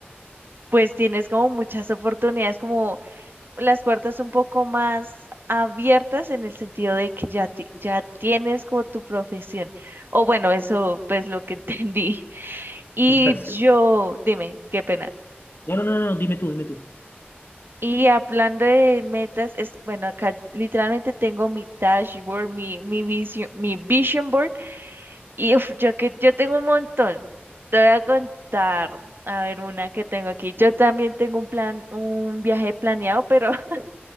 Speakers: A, on the right; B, on the left.
A: pues tienes como muchas oportunidades, como las puertas un poco más abiertas en el sentido de que ya, ti- ya tienes como tu profesión. O bueno, eso pues lo que <laughs> entendí. Y
B: <laughs>
A: yo, dime, qué pena.
B: No, no, no, no, dime tú, dime tú.
A: Y hablando de metas, es bueno, acá literalmente tengo mi dashboard, mi, mi vision, mi vision board, y uf, yo que yo tengo un montón. Te voy a contar, a ver, una que tengo aquí. Yo también tengo un plan, un viaje planeado, pero <laughs>